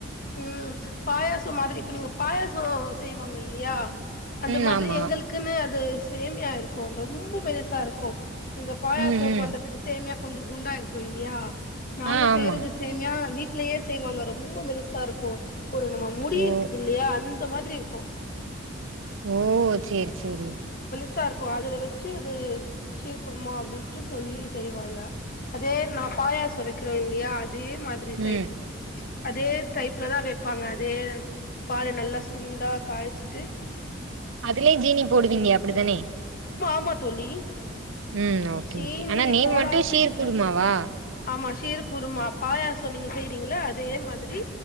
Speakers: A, on the left (about 45°); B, on the right (about 65°).
A: ம் பாயாசோ மாதிரி இப்ப நீங்க பாயாசோ செய்வாங்க இல்லையா அந்த
B: ம்
A: மாதிரி
B: ஆமா
A: எங்களுக்குன்னு து சேமியா இருக்கூ ரொம்போ மெலிசா இருக்கூ நீங்க பாயாசோ
B: ம் ம்
A: பண்றதுக்கு சேமியா கொஞ்சோ குண்டா இருக்கூ இல்லையா நாங்க
B: ஆ ஆமா
A: செய்றது சேமியா வீட் ட்லயே செய்வாங்க ரொம்போ மெலிஸ் தருக்கோ ஒரு நம்ம முடி
B: ஓ
A: இருக்குதில்லியா அ ந்த மாதிரி இருக்கோ
B: ஓ சேரி சேரி
A: சா இருக்கோ அதுல வெச்சு இது சி சீர்குருமா அப்டின்ட்டு சொல்லி செய்வாங்க அதே நா பாயாசம் வெக்கிறோ இல்லியா அதே மாதிரி சைட்
B: ம்
A: அதே வெப்பாங்க அதே பால நல்லா சுண்டா காய்ச்சுட்டு
B: அதுலே ஜீனி போடுவீங்க அ ப்டிதானே
A: மா தோழி
B: ம் ஓகே
A: சீனி
B: ஓகே ஆனா நேம்
A: போடாம
B: மட்டு ஷீர்
A: இல்ல
B: குருமாவா
A: ஆமா ஷீரு குருமா பாயாசோ நீங்க செய்றீங்கள அதே மாதிரி